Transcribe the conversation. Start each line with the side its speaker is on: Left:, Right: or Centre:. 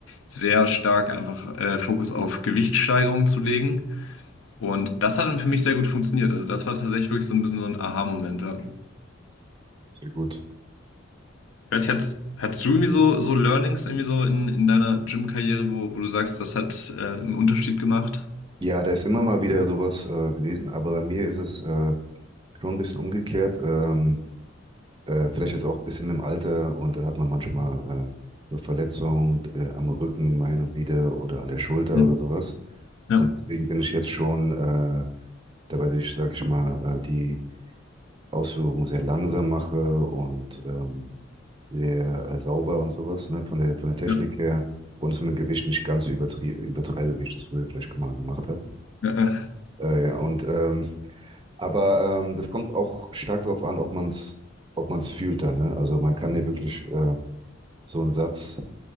Left: sehr stark einfach äh, Fokus auf Gewichtssteigerung zu legen. Und das hat dann für mich sehr gut funktioniert. Also das war tatsächlich wirklich so ein bisschen so ein Aha-Moment. Ja.
Right: Sehr gut.
Left: Ich weiß nicht, hattest, hattest du irgendwie so, so Learnings irgendwie so in, in deiner Gym-Karriere, wo, wo du sagst, das hat äh, einen Unterschied gemacht?
Right: Ja, da ist immer mal wieder sowas äh, gewesen, aber bei mir ist es äh, schon ein bisschen umgekehrt. Ähm, äh, vielleicht ist auch ein bisschen im Alter und dann hat man manchmal äh, so Verletzungen äh, am Rücken mal hin und wieder oder an der Schulter
Left: Mhm.
Right: oder sowas.
Left: Ja.
Right: Und deswegen bin ich jetzt schon äh, dabei, dass ich, sage ich mal, äh, die Ausführungen sehr langsam mache und ähm, sehr äh, sauber und sowas, ne, von der, von der Technik
Left: ja.
Right: her. Und es mit dem Gewicht nicht ganz so übertrie übertreibe, wie ich das früher vielleicht mal gemacht habe.
Left: Ja, ja.
Right: Äh, ja, und ähm, Aber ähm, das kommt auch stark darauf an, ob man es ob man's fühlt dann. Ne? Also man kann ja wirklich äh, so einen Satz,